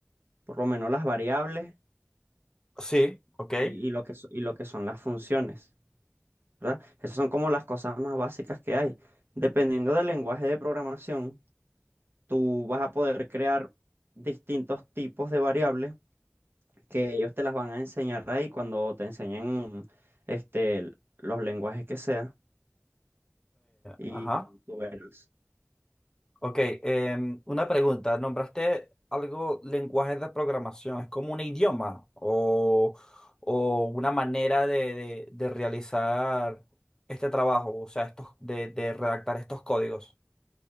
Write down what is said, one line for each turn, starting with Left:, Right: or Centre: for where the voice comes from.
Right: por lo menos las variables
Left: Sí, ok.
Right: y,
Left: eh,
Right: y lo que, so- y lo que son las funciones, ¿verdad? Esas son como las cosas más básicas que hay. Dependiendo del lenguaje de programación, tú vas a poder crear distintos tipos de variables que ellos te las van a enseñar ahí cuando te enseñen este, l- los lenguajes que sea y
Left: ajá.
Right: tú verás.
Left: Ok, em, una pregunta. ¿Nombraste algo lenguajes de programación? ¿Es como un idioma o, o una manera de, de- de realizar este trabajo? O sea, estos, de, de redactar estos códigos.